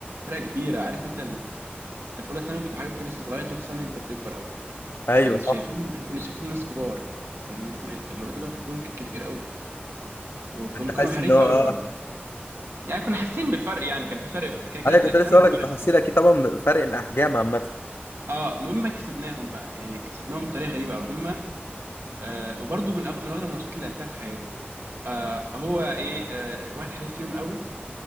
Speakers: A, on the right; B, on the left.
A: فرقة كبيرة عارف أنت ال... أنت في أولى ثانوي بتبقى حاجة بتبقى لسه صغير ثالثة ثانوي أنت بتكبر قوي
B: ايوه
A: وكان
B: صح
A: شايفينهم إحنا كنا شايفين ناس كبار يعني مثلا الواد اللي بقى في الجون كان كبير قوي وكانوا
B: انت
A: كانوا
B: حاسس
A: حريف
B: ان هو
A: قوي
B: اه
A: برضه يعني كنا حاسين بالفرق يعني كان في فرق في كده كده
B: ايوه
A: في
B: كنت
A: الأجسام
B: لسه اقول
A: وفرق
B: لك انت حاسس اكيد طبعا بفرق الاحجام عامه
A: اه المهم كسبناهم بقى يعني كسبناهم بطريقه غريبه قوي هم آه وبرده من أغ... من اغرب الماتشات اللي لعبتها في حياتي آه هو ايه آه واحد حريف فيهم قوي